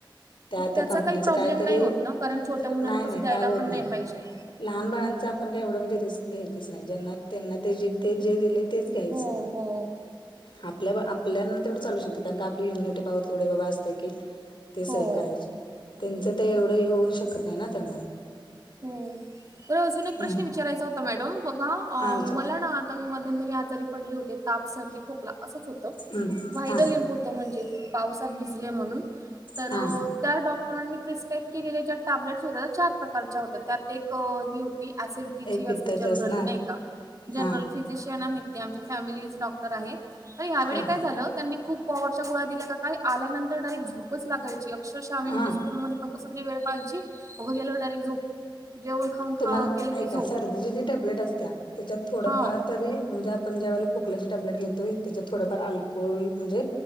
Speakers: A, on the left (about 70°); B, on the right (about 40°).
A: त्या
B: मग
A: त्या
B: त्याचा
A: कंपनीच
B: काय प्रॉब्लेम
A: काहीतरी
B: नाही होत ना, कारण छोट्या मुलांना
A: नाही नाही
B: तसं द्यायला
A: काय होत
B: पण नाही पाहिजे.
A: लहान बाळांच आपण काय एवढं म्हणजे रिस्क घ्यायचीच नाही, ज्यांना -त्यांना ते जे ते जे दिले तेच द्यायचं.
B: हो हो
A: आपल्या, आपल्याना तेवढं चालू शकते कारण की आपली इम्युनिटी पाॅवर तेवढ बाबा असते की ते
B: हो.
A: सहन करायचे, त्यांच ते एवढं होऊ शकत नाही ना त्यांना.
B: होय, बरं अजून एक
A: हम्म
B: प्रश्न विचारायचा होता मॅडम, बघा
A: हा विचार
B: मला ना मध्यंतरी आजारी पडले होते ताप, सर्दी, खोकला असच होत
A: हम्म
B: व्हायरल
A: हा
B: इन्स्पे ते म्हणजे पावसात भिजले म्हणून, तर
A: हा
B: त्या डॉक्टरांनी प्रिस्क्राईब केलेल्या ज्या टॅब्लेट्स होत्या त्या चार प्रकारच्या होत्या त्यात एक ही होती, ऍसिडिटीची
A: एक पित्ताचे
B: असते जनरली
A: असणार
B: नाही का? जनरल
A: हा
B: फिजिशियन आहेत ते आमच्या फॅमिली डॉक्टर आहेत, तर ह्यावेळी
A: हा
B: काय झालं त्यांनी खूप पॉवरच्या गोळा दिल्या का काय, आल्यांतर डायरेक्ट झोपच लागायची अक्षरशः आम्ही म्हणजे
A: हा
B: स्कूलमध्ये पण कस तरी वेळ पाहची, म घरी आल्यावर डायरेक्ट झोप जेवण खाऊन खा
A: तुम्हाला,
B: केलं
A: ऐका
B: की झोप
A: सर्दीचीजी टॅबलेट असत्या त्याच्यात थोडफार
B: हा
A: तरी म्हणजे आपण ज्या वेळी खोकल्याचे टॅब्लेट घेतोय त्याच्यात थोडंफार अल्कोहोल म्हणजे